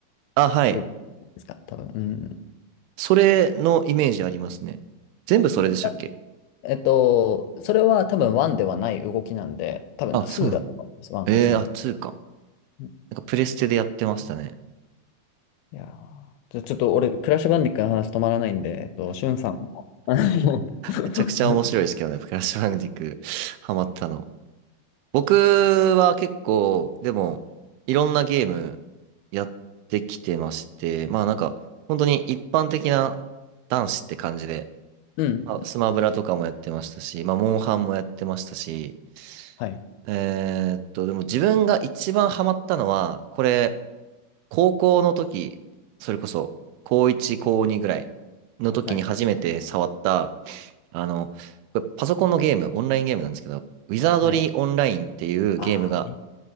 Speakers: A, on the right; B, on the left.
A: あ、はい。
B: よですか、多分。
A: それのイメージありますね。全部それでしたっけ
B: うん。たえっと、それは多分1ではない動きなんで、多分2だと思います。
A: あ、そうなんだ。
B: 1か2なら。
A: えー、あ、2か。
B: うん
A: なんかプレステでやってましたね。
B: いやーちょ、ちょっと俺、クラッシュバンディックの話止まらないんで、えっと、しゅんさん。あの
A: めちゃくちゃ面白いですけどね、
B: <laughs>
A: クラッシュバンディクーハマったの。僕は結構、でも、いろんなゲームやってきてまして、まあなんか、本当に一般的な男子って感じで、
B: うん。
A: まあ、スマブラとかもやってましたし、まあ、モンハンもやってましたし、
B: はい。
A: えーっと、でも自分が一番ハマったのは、これ、高校の時、それこそ、高1、高2ぐらいの時に初めて触った、
B: はい。
A: あの、これパソコンのゲーム、オンラインゲームなんですけど、ウィザードリーオンラインっていうゲームが
B: はい。ああ、